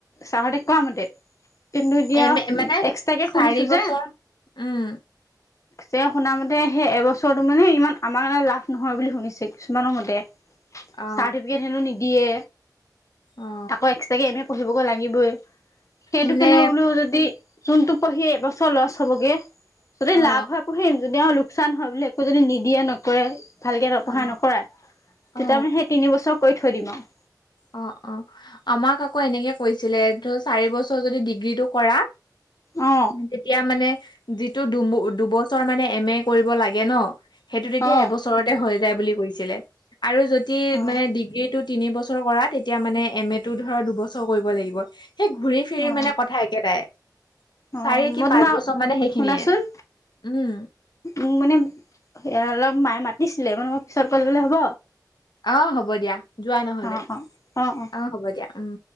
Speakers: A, on the left; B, on the left.
A: তাহঁতে কোৱামতে কিন্তু এতিয়া
B: এ মানে
A: এক্সট্ৰাকে
B: চাৰি
A: শুনিছো যে
B: বছৰ উম
A: যে শুনা মতে সেই এবছৰটো মানে ইমান আমাৰ কাৰণে লাভ নহয় বুলি শুনিছো কিমানৰ মতে
B: অ
A: চাৰ্টিফিকেট হেনো নিদিয়ে
B: অ
A: আকৌ এক্স তাকে এম এ পঢ়িবগৈ লাগিবই সেইটো
B: মানে
A: কেনে বোলো যদি যোনটো পঢ়ি এবছৰ লছ হ'বগে যদি
B: অ
A: লাভ হয় খুলিম যদি আৰু লোকচান হয় বুলি একো যদি নিদিয়ে নকৰে ভালকে নপঢ়ায়
B: অ
A: নকৰাই। তেতিয়া
B: অ
A: মানে সেই তিন বছৰ কৰি থৈ দিম আৰু।
B: অ', অ', আমাক আকৌ এনেকে কৈছিলে ধ চাৰি বছৰ যদি ডিগ্ৰীটো কৰা
A: অ
B: তেতিয়া মানে যিটো দু দুবছৰ মানে এম এ কৰিব লাগে ন সেইটো তেতিয়া
A: অ
B: এবছৰত হৈ যায় বুলি কৈছিল আৰু যদি
A: অ
B: ডিগ্ৰী টো তিনি বছৰ তেতিয়া মানে এম এ টো ধ দুবছৰ কৰিব লাগিব সেই ঘূৰি ফিৰি
A: অ
B: মানে কথা একে একেটাই
A: অ
B: চাৰি
A: মই
B: কি পাঁচ
A: তোমাক
B: বছৰ মানে সেইখিনিয়ে
A: শুনাচোন
B: উম
A: মোক মানে অলপ মায়ে মাতিছিলে মানে মই পিছত ক'লে বোলে হ'ব।
B: অ', হ'ব দিয়া যোৱা নহ'লে
A: অঁ অঁ অঁ
B: অ', হ'ব দিয়া উম।